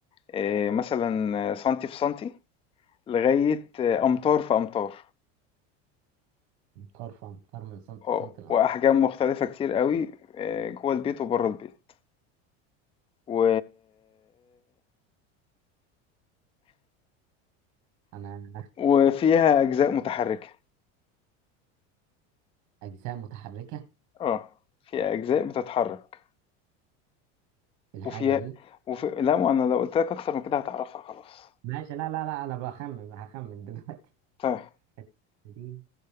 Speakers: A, on the left; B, on the right.
A: آه، مثلا سنتي في سنتي لغاية آه، أمتار في أمتار
B: مطار فمطار من سنت
A: اه
B: لسنت الأنت.
A: وأحجام مختلفة كتير قوي آه، جوه البيت وبره البيت و...
B: انا
A: وفيها أجزاء متحركة
B: اجزاء متحركه
A: اه فيها أجزاء بتتحرك
B: الحاجه
A: وفيها
B: دي
A: وفي... لا ما أنا لو قلت لك أكتر من كده هتعرفها خلاص
B: ماشي لا لا لا انا بخمن هخمن دلوقتي
A: طيب
B: <laughs> دي